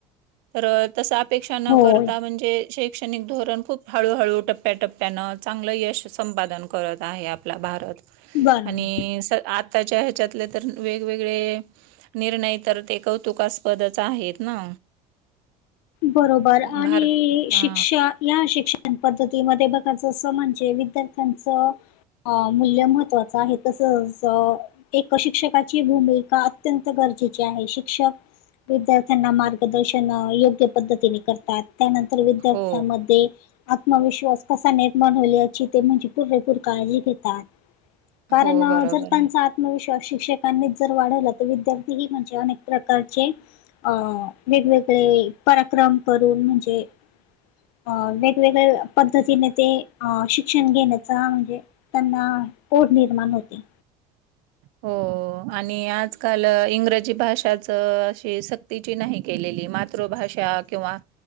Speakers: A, on the right; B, on the left.
A: तर. तस अपेक्षा न
B: होय
A: करता म्हणजे शैक् क्षणिक धोरण खूप हळूहळू टप्प्याटप्प्यानं चांगलं यश संपादन करत आहे आपला भारत.
B: बरोबर.
A: आणि स आताच्या ह्याच्यातले तर वेगवेगळे निर्णय तर ते कौतुकास्पदचं आहेत ना.
B: बरोबर आणि
A: भारत हा
B: शिक्षा या शिक्षण पद्धतीमध्ये बघाचं अस म्हणजे विद्यार्थ्यांचं अ मूल्य महत्वाचं आहे तसच एका शिक्षकाची भूमि- का अत्यंत गरजे आहे, शिक्षक विद्यार्थ्यांना मार्गदर्शन योग्य पद्धतीने करतात. त्यानंतर विद्यार्थ्यांमध्ये
A: हो
B: आत्मविश्वास कसा नट बनवल्या याची ते म्हणजे पुरेपूर काळजी घेतात. कारण
A: हो
B: अ‌
A: बरोबर
B: जर त्यांचा
A: आहे.
B: आत्मविश्वास शिक्षकांनी जर वाढवला तर विद्यार्थी ही म्हणजे अनेक प्रकारचे अ वेगवेगळे पराक्रम करून म्हणजे, अ वेगवेगळ्या पद्धतीने ते अ शिक्षण घेण्याचा म्हणजे. त्यांना ओढ निर्माण होते.
A: हो आणि आजकाल इंग्रजी भाषाचं अशे सक्ती सक्तीची नाही केलेली. मातृभाषा किंवा